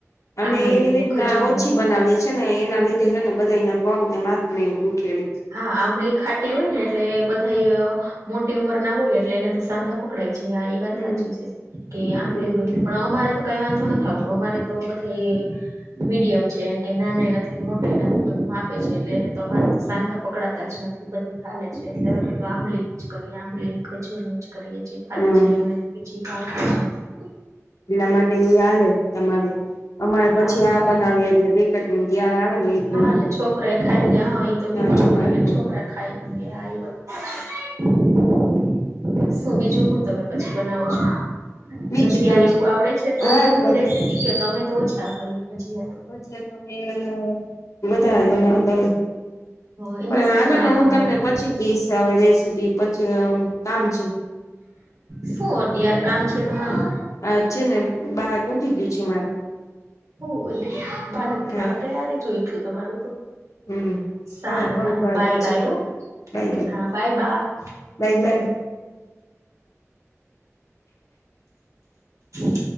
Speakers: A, on the left (about 75°); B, on the right (about 85°).
A: અમે
B: આંબલીની
A: એવી રીતના
B: ને ખજૂરની
A: ઓછી બનાવીએ છે ને એના લીધે છે ને બધા એ પગ ને માથ ને એવું દુઃખે
B: હા આંબલી ખાટી હોય ને એટલે બધાય મોટી ઉંમર ના હોય એટલે એને તો સાંધા પકડાય છે આ એ વાત
A: હમ
B: સાચી છે કે આંબલી
A: હમ
B: હો એ પણ અમારે તો કઈ વાંધો નથ આવતો અમારે તો બધા મીડિયમ છે એમ કે નાનાએ નથી મોટાએ નથી તો માપે છે એટલે એને સાંધા પકડાતા જ નથી બધી હાલે છે એટલે અમે તો આંબલી ની જ કરીએ આંબલી ને ખજૂર ની જ કરીએ છીએ. ફાવી
A: હમ
B: જાય અમને બીજી તો ફાવતી જ નથી.
A: એટલા માટે એ હાલે તમારે અમારે
B: હા
A: પછી
B: અમારે
A: આ બનાવી
B: હાલે
A: એટલે જયારે આવે ને એજ
B: હા
A: બનાવીએ
B: એટલે છોકરા એ ખાય ને હા એ તો
A: ના
B: મીઠું
A: છોકરા
B: હોય એટલે
A: ખાય
B: છોકરા ખાય હા એ બધું <unintelligible> શું બીજું હું તમે પછી બનાવો છો
A: બીજું
B: ભજીયાને
A: તો
B: એવું આવડે છે. તો
A: હા
B: એવું
A: ભ
B: રેસીપી કયો તો અમે તો ઓછા કરીએ ભજીયા તો.
A: <unintelligible> વધારે બનાવતા હોય.
B: હ એમાં
A: પણ
B: શું
A: હાલોને
B: શું નાખવાનું
A: હું તમને
B: હોય
A: પછી કેશ અવે રેસીપી પછી કામ છે.
B: શું અત્યાર કામ છે તમારું
A: આ છે ને બાળક ઉઠી ગયું છે મારે
B: ઓ બાળક
A: હા
B: પણ અત્યારે જ ઊયઠું તમારું
A: હમ.
B: સારું
A: થોડીક
B: હાલો
A: વાર
B: બાય
A: પછી
B: બાય
A: કરું
B: હ
A: બાય
B: હા, બાય બાય.
A: Bye by.
B: <inaudible>